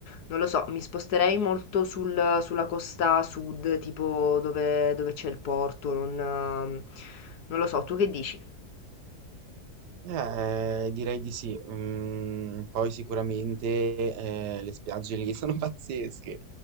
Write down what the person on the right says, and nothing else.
Eh, direi di sì. Mm, poi sicuramente eh, le spiagge lì <laughs> sono pazzesche,